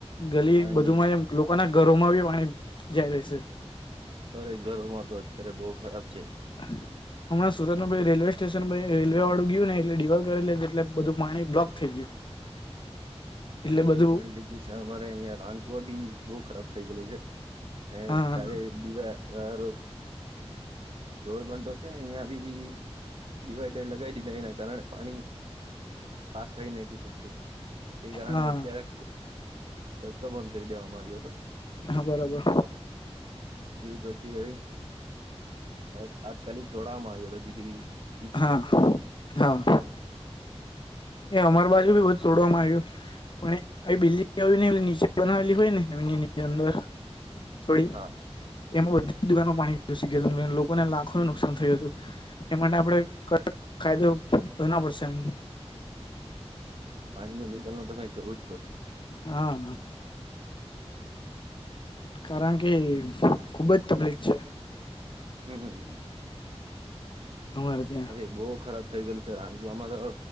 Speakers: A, on the left; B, on the right.
A: ગલી
B: હા
A: બધુંમાં
B: એ
A: એમ લોકોના ઘરોમાં બી પાણી જાય રહે છે.
B: અરે ઘરમાં તો અત્યારે બહુ ખરાબ છે.
A: <unintelligible> હમણા સુરતમાં પછી રેલવે સ્ટેશન રેલવે વાળું ગયું ને એટલે દિવાલ કરી <unintelligible> એટલે બધું પાણી્ બ્લોક થઈ ગયું.
B: <inaudible> હા
A: એટલે
B: એવું
A: બધું
B: ઘણી જગ્યા છે અમારે અહિયાં નાનકુવા બી બહુ ખરાબ થઇ ગેલું છે. એ
A: હા
B: ચારે દીવા <unintelligible> રોડ બનતો છે અહિયાં બી. ડિવાઈડર લગાવી દીધા એના કારણે પાણી પાસ થઈ નથી શકતું. એ કારણે
A: હા
B: અત્યારે રસ્તો બંધ કરી દેવામાં આવ્યો હતો.
A: હા બરાબર.
B: એ પછી હવે અ તાત્કાલિક ટોળામાં આવ્યો હતો જીજી બી
A: હા હા એ અમાર બાજુ બી બધ તોડવામાં આવ્યું પણ એ બિલ્ડિંગ નીચે બનાવેલી હોય ને એવનીની. ની અંદર થોડી
B: હા
A: એમાં બધી જ દુકાનોમાં પાણી ઘુસી ગયુ હતું લોકોને લાખો નું નુકસાન થયું હતું એ માટે આપણે કડક કાયદો બનવવો પડશે એમ.
B: પાણીના નીકાલ નું તો કાંઈ કરવું જ પડશે.
A: હા કારણ કે ખુબ જ તકલીફ છે.
B: હમ્મ,
A: અમારે ત્યાં
B: અરે બહું ખરાબ થઇ ગયેલું છે રાંધવામાં તો